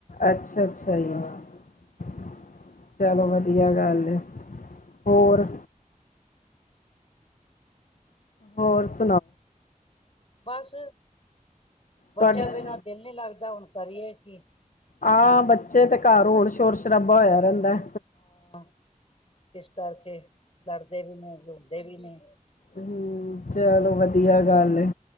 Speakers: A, on the left; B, on the left.
A: ਅੱਛਾ ਅੱਛਾ ਜੀ।
B: ਹਾਂ
A: ਚਲੋ ਵਧੀਆ ਗੱਲ ਏ, ਹੋਰ! ਹੋਰ ਸ
B: ਬਸ ਬੱਚਿਆਂ
A: ਤੁਹਾਡੇ
B: ਬਿਨਾਂ ਦਿਲ ਨੀ ਲੱਗਦਾ, ਹੁਣ ਕਰੀਏ ਕੀ?
A: ਹਾਂ, ਬੱਚੇ ਤੇ ਘਰ ਹੋਣ ਸ਼ੋਰ-ਸ਼ਰਾਬਾ ਹੋਇਆ ਰੈਂਦੈ।
B: ਹਾਂ, ਇਸ ਕਰਕੇ ਲੜਦੇ ਵੀ ਨੇ, ਰੌਂਦੇ ਵੀ ਨੇ।
A: ਹੰ, ਚਲੋ ਵਧੀਆ ਗੱਲ ਏ।